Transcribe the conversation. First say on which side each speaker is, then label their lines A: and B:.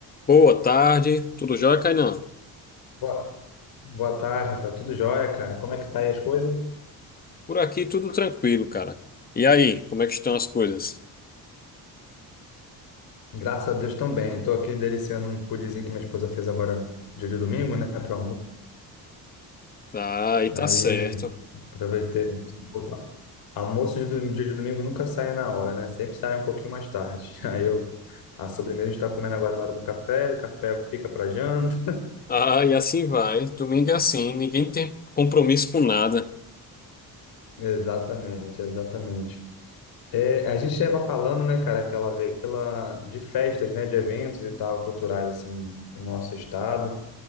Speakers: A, on the left (about 25°); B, on the left (about 70°).
A: Boa tarde, tudo jóia, Kainan?
B: Boa, boa tarde, Rafael. Tudo jóia, cara? Como é que tá aí as coisas?
A: Por aqui tudo tranquilo, cara. E aí, como é que estão as coisas?
B: Graças a Deus também. Estou aqui deliciando um pudinzinho que minha esposa fez agora dia de domingo, né, para almoço.
A: Ah, aí
B: Aí
A: tá certo.
B: aproveitei um pouco. Almoço de dom- dia de domingo nunca sai na hora, né? Sempre sai um pouquinho mais tarde. <laughs> Aí eu a sobremesa a gente está comendo agora na hora do café, o café fica para janta.
A: Ah, e assim vai. Domingo é assim, ninguém tem compromisso com nada.
B: <laughs> Exatamente, exatamente. É, a gente estava falando, né, cara, aquela vez pela, de festas, né, de eventos e tal, culturais, assim, no nosso estado.